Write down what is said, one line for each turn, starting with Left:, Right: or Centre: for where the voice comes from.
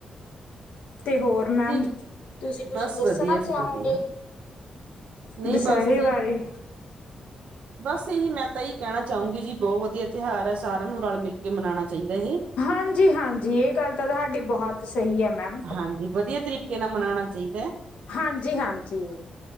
Left: ਤੇ ਹੋਰ ਮੈਮ
Right: ਜੀ
Left: ਤੁਸੀਂ ਕੁਛ
Right: ਬਸ
Left: ਦੱਸਣਾ
Right: ਵਧੀਆ
Left: ਚਾਹੋਂਗੇ।
Right: ਜੀ ਵਧੀਆ ਨਹੀਂ
Left: ਦੁਸਹਿਰੇ
Right: ਬਸ ਜੀ
Left: ਵਾਰੇ
Right: ਬਸ ਇਹੀ ਮੈਂ, ਤਾਂ ਇਹੀ ਕੈਣਾ ਚਾਹੂੰਗੀ ਜੀ ਬੋਤ ਵਧੀਆ ਤਿਉਹਾਰ ਐ, ਸਾਰਿਆਂ ਨੂੰ ਰਲ-ਮਿਲ ਕੇ ਮਨਾਣਾ ਚਾਈਦਾ ਏਹੇ।
Left: ਹਾਂਜੀ, ਹਾਂਜੀ ਏ ਗੱਲ ਤਾਂ ਤੁਹਾਡੀ ਬੋਹਤ ਸਹੀ ਐ ਮੈਮ।
Right: ਹਾਂਜੀ, ਵਧੀਆ ਤਰੀਕੇ ਨਾਲ ਮਨਾਣਾ ਚਾਈਦਾ ਐ।
Left: ਹਾਂਜੀ ਹਾਂਜੀ,